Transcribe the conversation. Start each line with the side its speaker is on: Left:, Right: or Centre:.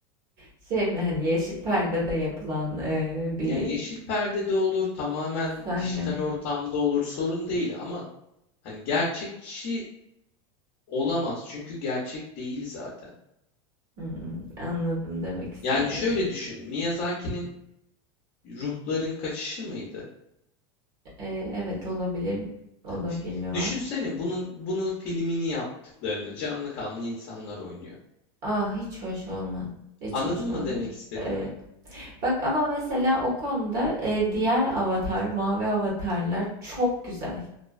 Right: Şey mi hani yeşil perdede yapılan eee, bir
Left: Ya yeşil perdede olur, tamamen
Right: sahne
Left: dijital
Right: mi?
Left: ortamda olur, sorun değil ama hani gerçekçi olamaz çünkü gerçek değil zaten.
Right: Hmm, anladım demek istediğini.
Left: Yani şöyle düşün, Miyazaki'nin Ruhların Kaçışı mıydı?
Right: Eee, evet olabilir. O da
Left: Fi-
Right: filmi var.
Left: Düşünsene bunun bunun filmini yaptıklarını canlı kanlı insanlar oynuyor.
Right: Ah hiç hoş olmaz. Hiç
Left: Anladın
Right: hoş
Left: mı
Right: olmaz.
Left: demek istediğimi?
Right: Evet. Bak ama mesela o konuda eee, diğer avatar, mavi avatarlar çok güzel.